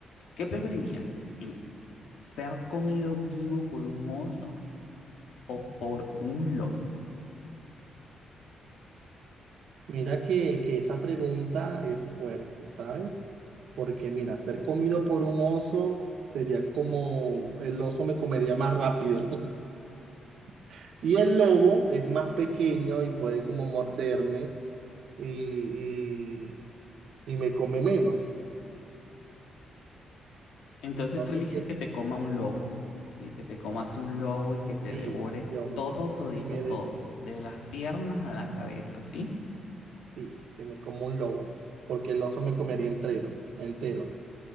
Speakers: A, on the left; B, on the right.
A: ¿Qué preferirías, Luis? ¿Ser comido vivo por un oso o por un lobo?
B: Mira que, que esa pregunta es fuerte, ¿sabes? Porque mira, ser comido por un oso sería como el oso me comería más rápido <laughs> y el lobo es más pequeño y puede como morderme y, y, y me come menos.
A: Entonces
B: No
A: tú eliges
B: sé qué,
A: que te coma un lobo, ¿sí? Que te comas un lobo y que te
B: sí,
A: devore
B: yo
A: todo, todito,
B: que me,
A: todo, de las piernas a la cabeza, ¿sí?
B: Sí, que me como un lobo, porque el oso me comería entero, entero.